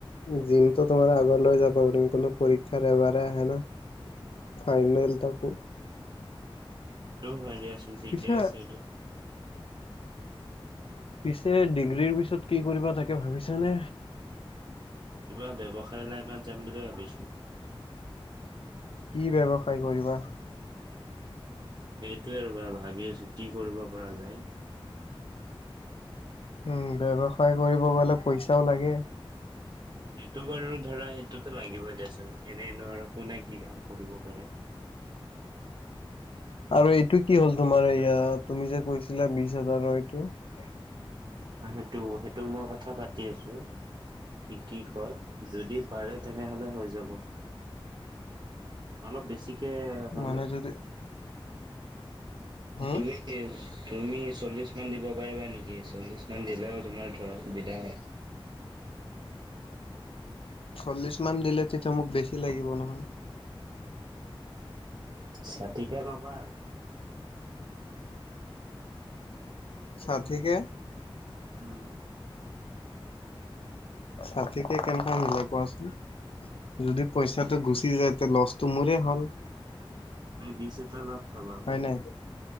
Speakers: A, on the left; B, on the right.
A: জিমটো তোমাৰ আগলৈ যাব পাৰিম কোনো পৰীক্ষাৰ এবাৰে আহে ন ফাইনেল তাকো
B: এইটো হয় দিয়াচোন ঠিকে
A: পিছে
B: আছে এইটো
A: পিছে ডিগ্ৰীৰ পিছত কি কৰিবা তাকে ভাবিছানে
B: কিবা ব্যৱসায় লাইনত যাম বুলি ভাবিছো ।
A: কি ব্যৱসায় কৰিবা
B: সেইটোৱে আৰু ভাল । ভাবি আছো কি কৰিব পৰা যায় উ
A: উম ব্যৱসায় কৰিব গলে পইচাও লাগে
B: সেইটো বাৰু ধৰা সেইটোতো লাগিবই দিয়াচোন এনেই নোৱাৰ কোনে কি কাম কৰিব পাৰে
A: আৰু এইটো কি হ'ল তোমাৰ এয়া তুমি যে কৈছিলা বিশ হাজাৰৰ এইটো ।
B: সেইটো সেইটো মই কথা পাতি আছো । কি কি কয় যদি পাৰে তেনেহ'লে হৈ যাব । অলপ বেছি হলে
A: মানে যদি হম
B: তুমি তুমি চল্লিশ মান দিব পাৰিবা নেকি গেছ চল মন্দিৰিলে তোমাৰ ধৰা সুবিধা হয়
A: চল্লিশ মান দিলে তেতিয়া মোক বেছি লাগিব নহয়
B: ছাতিিকে ল'বা আৰু
A: চথিকে
B: উম
A: ছাঠকে কেনেকা মিলে কোৱাচোন যদি পইচাটো গুচি যায় তে লচটো মোৰে হ'ল
B: ন দিছে তালাফ খাবা
A: হয়
B: হ
A: নাই